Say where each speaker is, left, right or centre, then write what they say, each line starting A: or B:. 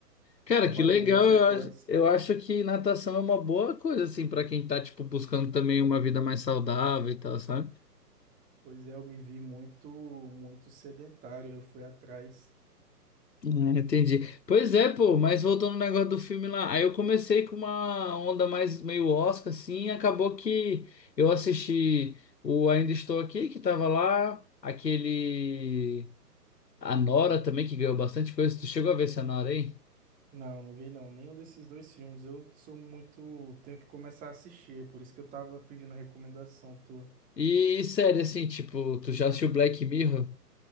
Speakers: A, on the left; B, on the right.
A: Cara,
B: Ele bateu
A: que legal,
B: muitos
A: eu
B: recordes.
A: acho, eu acho que natação é uma boa coisa, assim, pra quem tá, tipo, buscando também uma vida mais saudável e tal, sabe?
B: Pois é, eu me vi muito, muito sedentário, eu fui atrás.
A: Ah, entendi. Pois é, pô, mas voltando no negócio do filme lá, aí eu comecei com uma onda mais meio Oscar, assim, e acabou que eu assisti o Ainda Estou Aqui, que tava lá, aquele. A Nora também, que ganhou bastante coisa. Tu chegou a ver essa Nora aí?
B: Não, não vi não, nenhum desses dois filmes. Eu sou muito, tenho que começar a assistir, é por isso que eu tava pedindo recomendação tua.
A: E sério, assim, tipo, tu já assistiu Black Mirror?